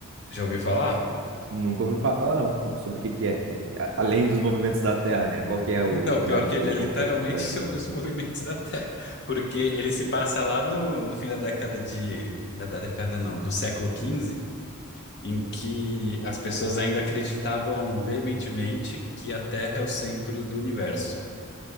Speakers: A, on the left (about 50°); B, on the right (about 60°).
A: Já ouviu falar?
B: nunca ouvi falar não co- sobre o que que é, A- além dos movimentos da Terra, né? Qual que é o,
A: Então, pior
B: né, o
A: que ele é literalmente
B: contexto por trás
A: <laughs> sobre
B: disso?
A: os movimentos da Terra, porque ele se passa lá no, no fim da década de... Da, da década não, do século XV, em que as pessoas ainda acreditavam veementemente que a Terra é o centro do universo.